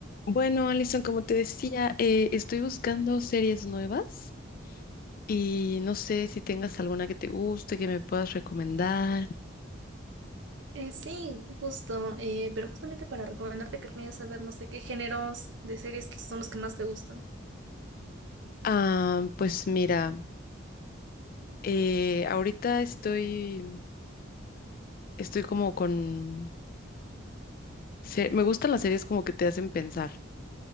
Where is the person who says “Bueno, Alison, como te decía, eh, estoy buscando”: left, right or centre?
Left